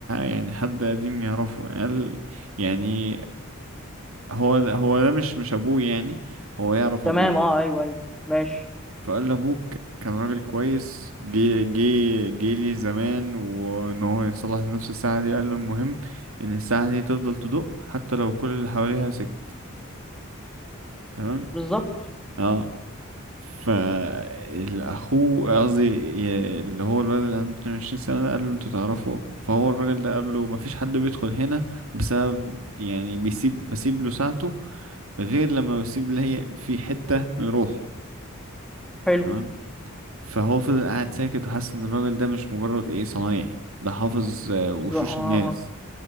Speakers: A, on the right; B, in the centre.
A: يعني حد قديم يعرفه قال يعني هو ده هو ده مش مش ابوه يعني هو يعرف
B: تمام
A: ابوه
B: اه ايوه ايوه ماشي
A: فقال له ابوك كان راجل كويس جه جه جه لي زمان وان هو يصلح نفس الساعه دي قال له المهم ان الساعه دي تفضل تدق حتى لو كل اللي حواليها سكت تمام
B: بالظبط
A: اه فالاخو قصدي ي- اللي هو الولد اللي عنده 22 سنه ده قال له انتوا تعرفوا فهو الراجل ده قال له مفيش حد بيدخل هنا بسبب يعني بيسيب بسيب له ساعته غير لما بسيب لي في حتة من روحه
B: حلو
A: تمام فهو فضل قاعد ساكت وحس ان الراجل ده مش مجرد ايه صنايعي ده حافظ آه،
B: بالظبط
A: وشوش
B: اه
A: الناس